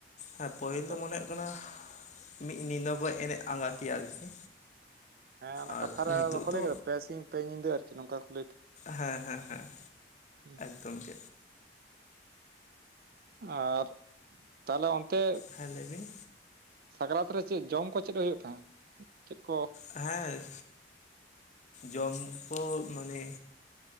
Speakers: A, on the left (about 40°); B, on the right (about 55°).
A: ᱦᱮᱸ ᱯᱟᱹᱦᱤᱞ
B: ᱟᱫᱚ
A: ᱫᱚ ᱢᱚᱱᱮᱼᱼ ᱠᱟᱱᱟᱦ ᱢᱤᱫ ᱧᱤᱫᱟᱹ ᱠᱚ ᱮᱱᱮᱡ ᱟᱸᱜᱟ ᱠᱮᱭᱟ ᱟᱨᱠᱤ,
B: ᱦᱮᱸ ᱚᱱᱟ
A: ᱟᱨ
B: ᱠᱟᱛᱷᱟ ᱨᱮ
A: ᱱᱤᱛᱚᱜ
B: ᱵᱟᱠᱚ
A: ᱫᱚ
B: ᱞᱟᱹᱭ ᱠᱟᱫᱟ ᱯᱮ ᱥᱤᱧ ᱯᱮ ᱧᱤᱫᱟᱹ ᱟᱨᱠᱤ ᱱᱚᱝᱠᱟ ᱠᱚ ᱞᱟᱹᱭᱼᱼ
A: ᱦᱮᱸ-ᱦᱮᱸ-ᱦᱮᱸ
B: ᱦᱩᱸ
A: ᱛᱚᱢᱠᱮᱫᱼᱼ
B: ᱟᱨ ᱛᱟᱦᱞᱮ ᱚᱱᱛᱮᱼᱼ
A: ᱦᱮᱸ ᱞᱟᱹᱭ ᱵᱤᱱ
B: ᱥᱟᱠᱨᱟᱛ ᱨᱮ ᱪᱮᱫ ᱡᱚᱢ ᱠᱚ ᱪᱮᱫ ᱠᱚ ᱦᱩᱭᱩᱜ ᱛᱟᱦᱮᱸᱫ? ᱪᱮᱫ ᱠᱚᱼᱼ
A: ᱦᱮᱸ ᱡᱚᱢ ᱠᱚ ᱢᱟᱱᱮᱼᱼ